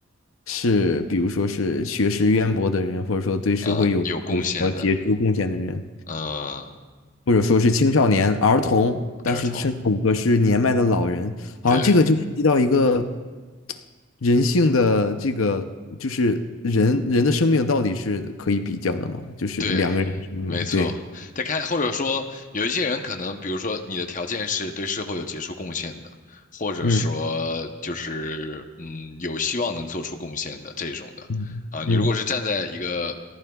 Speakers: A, on the left; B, on the left.
A: 是，比如说是学识渊博的人，或者说对社会有有什么杰出贡献的人。
B: 呃，有贡献的，呃，
A: 或者说是青少年、儿童，但是甚至五个是年迈的老人，
B: 儿童，
A: 好像这个就涉及到一个
B: 对。
A: 人性的这个，就是人人的生命到底是可以比较的嘛？就是两个人的生命，
B: 对，没错。
A: 对，
B: 再看，或者说有一些人可能，比如说你的条件是对社会有杰出贡献的，或者说就是嗯有希望能做出贡献的这种的啊。
A: 嗯嗯嗯
B: 你如果是站在一个